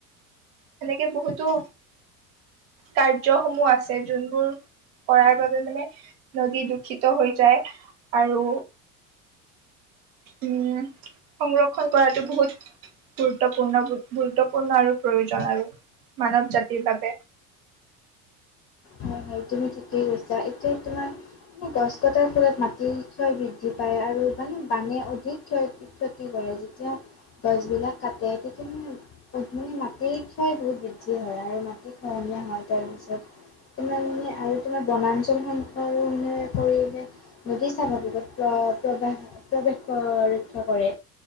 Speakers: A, on the right; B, on the left.
A: এনেকে বহুতো। কাৰ্যসমূহ আছে যোনবোৰ। কৰাৰ বাবে মানে নদী দূষিত হৈ যায় আৰু। উম সংৰক্ষণ কৰাটো বহুত। গুৰুত্বপূৰ্ণ, গুৰুত্বপূৰ্ণ আৰু প্ৰয়োজন আৰু মানৱ জাতিৰ বাবে।
B: হয় হয়, তুমি ঠিকেই কৈছা এতিয়া তোমাৰ। গছ কটাৰ ফলত মাটিৰ ক্ষয় বৃদ্ধি পায় আৰু মানে বানে অধিক ক্ষয় ক্ষতি কৰে। যেতিয়া গছবিলাক কাটে তেতিয়া মানে মানে মাটিৰ ক্ষয় বহুত বৃদ্ধি হয় আৰু। আৰু মাটি খহনীয়াৰ হয়, তাৰ পাছত পেলাই আৰু তোমাৰ। ত কাৰনে। যদি স্বাভাৱিকত প্ৰৱ প্ৰৱেশ ৰক্ষা কৰে।